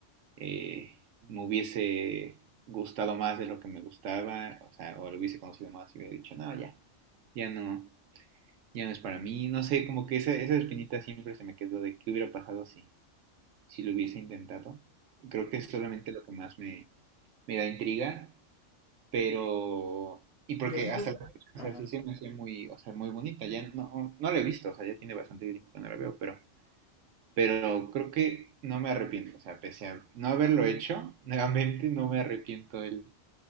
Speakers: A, on the right (about 75°); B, on the left (about 60°).
A: eh, me hubiese gustado más de lo que me gustaba, o sea, o lo hubiese conocido más y hubiera dicho, no, ya, ya no, ya no es para mí, no sé, como que esa, esa espinita siempre se me quedó de qué hubiera pasado si, si lo hubiese intentado. Creo que es solamente lo que más me, me da intriga, pero... Y porque
B: Yo digo,
A: hasta la fecha,
B: ajá,
A: o sea, sí se me hacía muy, o sea, muy bonita. Ya no, no la he visto, o sea, ya tiene bastante tiempo que no la veo, pero, pero creo que no me arrepiento. O sea, pese a no haberlo hecho, <laughs> nuevamente no me arrepiento el,